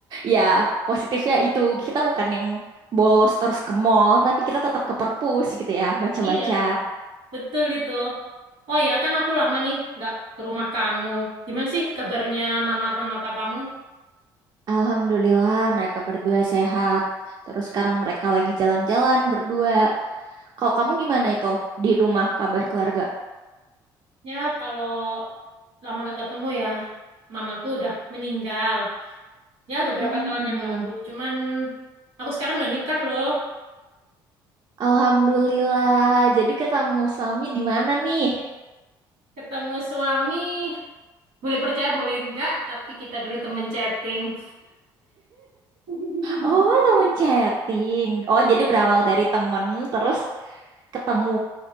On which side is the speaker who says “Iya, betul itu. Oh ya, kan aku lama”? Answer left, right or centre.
Right